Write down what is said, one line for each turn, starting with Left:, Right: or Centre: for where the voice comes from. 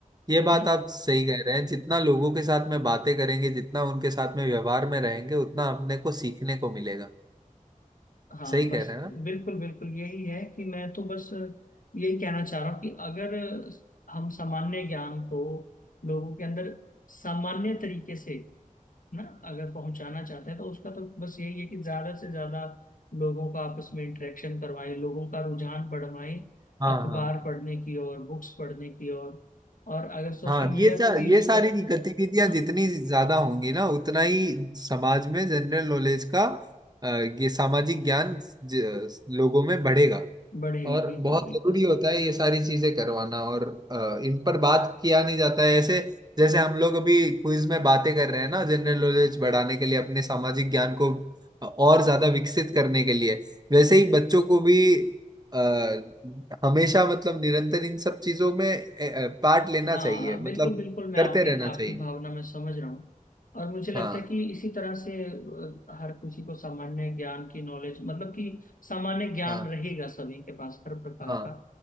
Right: ये बात
Left: ना
Right: आप सही कह रहे हैं जितना लोगों के साथ में बातें करेंगे जितना उनके साथ में व्यवहार में रहेंगे उतना अपने को सीखने को मिलेगा
Left: हाँ
Right: सही कह
Left: बस
Right: रहे हैं ना
Left: बिल्कुल बिल्कुल यही है कि मैं तो बस यही कहना चाह रहा हूँ कि अगर हम सामान्य ज्ञान को लोगों के अंदर सामान्य तरीके से ना अगर पहुंचाना चाहते हैं तो उसका तो बस यही है कि ज्यादा से ज्यादा लोगों का आपस में इंटरेक्शन करवाएं लोगों का रुझान बढ़वाएं
Right: हाँ
Left: अखबार
Right: हाँ
Left: पढ़ने की ओर बुक्स पढ़ने की ओर और अगर सोशल
Right: हाँ
Left: मीडिया
Right: ये सा,
Left: को भी
Right: ये
Left: यूज
Right: सारी
Left: कर
Right: गतिविधियां
Left: हाँ
Right: जितनी ज्यादा होंगी ना उतना ही समाज में जनरल नॉलेज का अ, ये सामाजिक ज्ञान ज- लोगों में बढ़ेगा
Left: बढ़ेगा
Right: और
Left: बिल्कुल
Right: बहुत
Left: बिल्कुल
Right: जरूरी होता है ये सारी चीजें करवाना और अ, इन पर बात किया नहीं जाता है ऐसे जैसे हम लोग अभी क्विज में बातें कर रहे हैं ना जनरल नॉलेज बढ़ाने के लिए अपने सामाजिक ज्ञान को और ज्यादा विकसित करने के लिए वैसे ही बच्चों को भी आ, हमेशा मतलब निरंतर इन सब चीजों में अ, अ, पार्ट लेना
Left: हाँ
Right: चाहिए
Left: हाँ बिल्कुल
Right: मतलब
Left: बिल्कुल मैं
Right: करते
Left: आपकी
Right: रहना चाहिए
Left: आपकी भावना में समझ रहा हूँ और मुझे लगता
Right: हाँ
Left: है कि इसी तरह से अ, हर किसी को सामान्य ज्ञान की नॉलेज मतलब कि सामान्य ज्ञान
Right: हाँ
Left: रहेगा सभी के पास हर प्रकार
Right: हाँ
Left: का